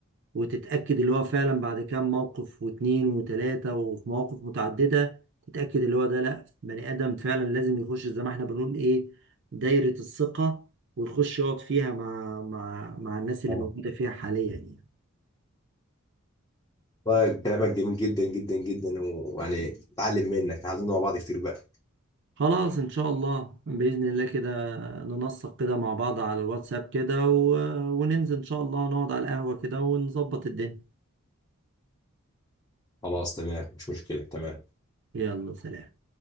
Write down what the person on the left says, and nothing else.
اه
والله كلامك جميل جدا جدا جدا ويعني اتعلم منك اتعلمنا مع بعض كتير بقى
خلاص تمام مش مشكلة تمام